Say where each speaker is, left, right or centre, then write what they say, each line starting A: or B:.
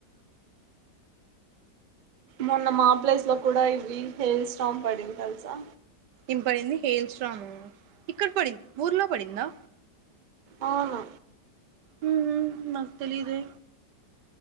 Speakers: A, on the right; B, on the right.
A: మొన్న మా ప్లేస్ లో కూడ, ఇవి హేల్ స్టాం పడింది తెలుసా?
B: ఏం పడింది? హేల్ స్ట్రామా? ఇక్కడ పడింది, ఊర్లో పడిందా?
A: అవును.
B: మ్మ్ హు, మాకు తెలీదే?